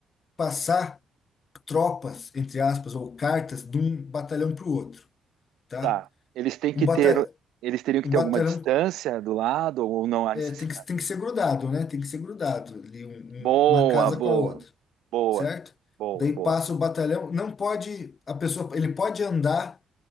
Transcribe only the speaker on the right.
Tá. Eles têm que
ter, eles teriam que
ter
alguma distância do lado ou não há
necessidade.
Boa,
boa,
boa,
boa,
boa.